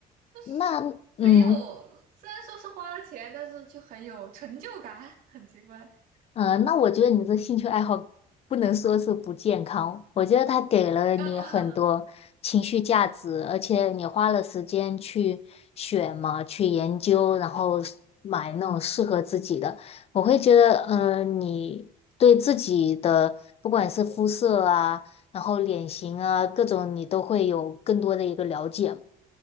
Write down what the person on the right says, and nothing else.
就是很有，
虽然说是花了钱，但是却很有成就感，很奇怪，
<laughs>